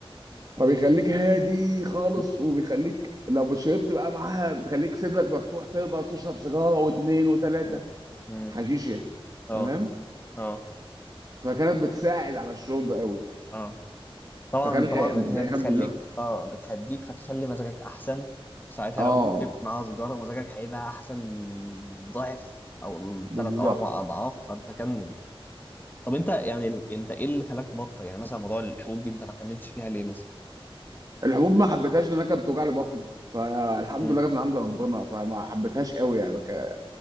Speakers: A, on the right (about 40°); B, on the left (about 20°).
A: فبيخليك هادي خالص
B: مم.
A: وبيخليك لو شربت بقى معاها بتخليك صدرك مفتوح تقدر تشرب سيجاره واثنين وثلاثه
B: مم. مم.
A: حشيش يعني
B: اه
A: تمام
B: اه
A: فكانت بتساعد على الشرب قوي
B: اه طبعا
A: فكان الح-
B: طبعا
A: بيحبوا
B: هي بتخليك
A: ده
B: اه بتهديك فتخلي مزاجك احسن ساعتها
A: اه
B: لو انت شربت معاها سيجاره مزاجك هيبقى احسن ضعف او
A: بالظبط
B: ثلاث او اربع اضعاف فانت كان طب انت يعني ال- انت ايه اللي خلاك تبطل يعني مثلا موضوع الحبوب دي انت ما كملتش فيها ليه مثلا
A: الحبوب ما حبيتهاش لان انا كانت بتوجع لي بطني فالحمد
B: مم.
A: لله جت من عند ربنا فما حبيتهاش قوي يعني ك-